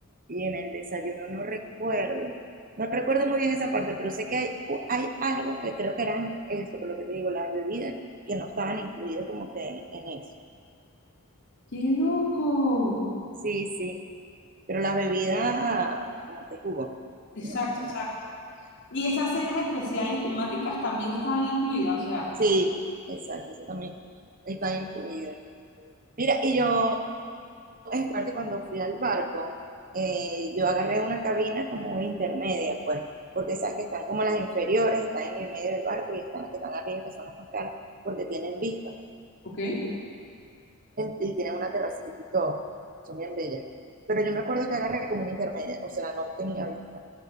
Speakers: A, on the right; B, on the left.
A: y en el desayuno no recuerdo. No recuerdo muy bien esa parte, pero sé que hay, u- hay algo que creo que eran eso, que lo que te digo, las bebidas que no estaban incluidas como que en eso.
B: ¡Qué loco!
A: Sí, sí. Pero la bebida, como que jugo.
B: Exacto,
A: No.
B: exacto. Y esas cenas especiales temáticas también estaban incluidas, o sea,
A: Sí, exacto, eso también está incluido. Mira, y yo, es parte cuando fui al barco, eh, yo agarré una cabina como intermedia, pues, porque sabes que están como las inferiores, están en el medio del barco y están las que están arriba, que son las más caras, porque tienen vistas
B: Ok,
A: y tienen una terracita y todo, son bien bellas. Pero yo me acuerdo que agarré como una intermedia, o sea, no tenía vista.